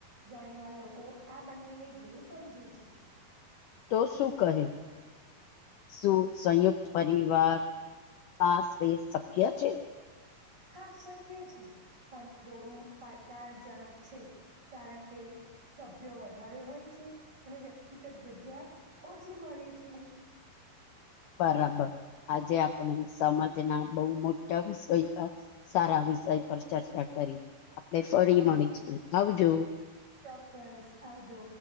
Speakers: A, on the right; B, on the left.
A: ઘણી વાર લોકો આ બંનેને ઘેર સમજે છે.
B: તો શું કહે? શું સંયુક્ત પરિવાર પાસ શક્ય છે.
A: હા શક્ય છે, પણ થોડું પડકારજનક છે. કારણ કે સભ્યો વધારે હોય છે, અને વ્યક્તિગત જગ્યા ઓછી મળી છે.
B: બરાબર આજે આપણે સમજના બહુ મોટા વિષય સારા વિષય પર ચર્ચા કરી આપણે ફરી
A: હા
B: મળીશું આવજો
A: ચોક્કસ આવજો